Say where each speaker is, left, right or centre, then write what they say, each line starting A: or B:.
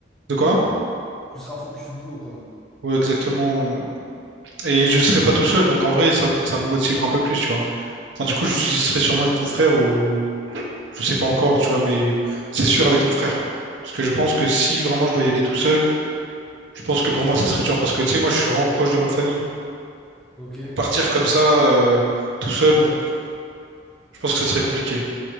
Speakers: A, on the right; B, in the centre.
A: De quoi?
B: Tu seras focus boulot, quoi.
A: Ouais, exactement. euh. Et je serai pas tout seul. Donc, en vrai, ça, ça me motivera un peu plus, tu vois. Enfin, du coup, j'y serai sûrement avec mon frère ou je sais pas encore, tu vois, mais c'est sûr avec mon frère. Parce que je pense que si vraiment je dois y aller tout seul, je pense que pour moi, ça serait dur. Parce que, tu sais, moi, je suis vraiment proche de ma famille.
B: Ok. Et
A: Partir comme
B: du-
A: ça, euh, tout seul, bon, je pense que ça serait compliqué.